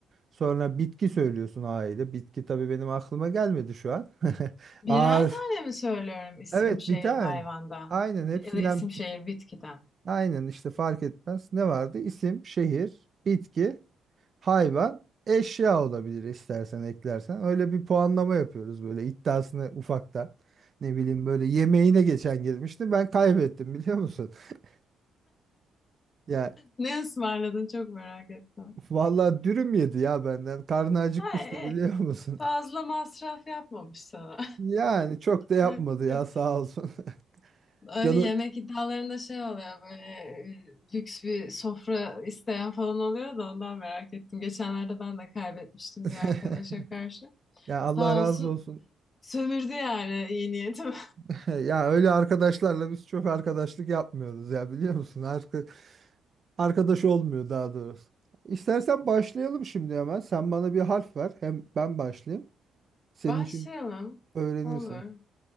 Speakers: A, on the right; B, on the left.
A: Sonra bitki söylüyorsun A ile. Bitki tabii benim aklıma gelmedi şu an. <laughs>
B: Birer
A: A harf.
B: tane mi söylüyorum isim
A: Evet
B: şehir
A: bir tane.
B: hayvandan?
A: Aynen hepsinden
B: Ya da isim şehir bitkiden?
A: aynen işte fark etmez. Ne vardı? İsim, şehir, bitki hayvan, eşya olabilir istersen eklersen. Öyle bir puanlama yapıyoruz böyle iddiasını ufakta. Ne bileyim böyle yemeğine geçen girmişti. Ben kaybettim biliyor musun? <laughs> Ya
B: Ne ısmarladın çok merak ettim.
A: vallahi dürüm yedi ya benden. Karnı acıkmıştı
B: Ha, e,
A: biliyor
B: e,
A: musun?
B: fazla
A: <laughs>
B: masraf yapmamış sana.
A: Yani çok da yapmadı
B: <laughs>
A: ya sağ olsun. <laughs>
B: Öyle
A: Canı
B: yemek iddialarında şey oluyor böyle e, lüks bir sofra isteyen falan oluyor da ondan merak ettim. Geçenlerde ben de kaybetmiştim
A: <laughs>
B: bir arkadaşa karşı.
A: ya
B: Sağ
A: Allah razı
B: olsun
A: olsun.
B: Sömürdü yani iyi niyetim.
A: <laughs> Ya öyle arkadaşlarla biz çok arkadaşlık yapmıyoruz ya biliyor musun? Arka- Arkadaş olmuyor daha doğrusu. İstersen başlayalım şimdi hemen. Sen bana bir harf ver. Hem ben başlayayım.
B: <laughs>
A: Senin
B: Başlayalım.
A: için öğrenirsin.
B: Olur.